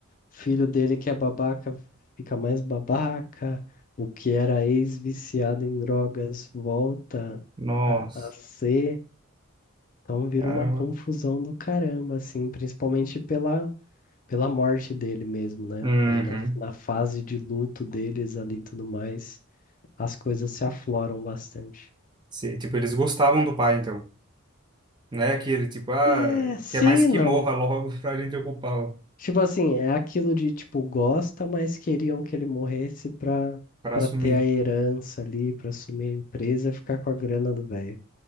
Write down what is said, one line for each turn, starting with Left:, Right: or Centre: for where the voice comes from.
Left: Filho dele que é babaca fica mais babaca, o que era ex-viciado em drogas volta
Right: Nossa,
Left: a, a ser. Então vira
Right: caramba.
Left: uma confusão do caramba, assim, principalmente pela, pela morte dele mesmo, né?
Right: Uhum.
Left: Aí na, na fase de luto deles ali e tudo mais, as coisas se afloram bastante.
Right: Se, tipo, eles gostavam do pai, então. Não é aquele, tipo, ah,
Left: É, sim
Right: quer mais
Left: e
Right: que
Left: não.
Right: morra logo <laughs> pra gente ocupar, o-
Left: Tipo assim, é aquilo de, tipo, gosta, mas queriam que ele morresse pra,
Right: pra
Left: pra
Right: assumir.
Left: ter a herança ali, pra assumir a empresa e ficar com a grana do velho.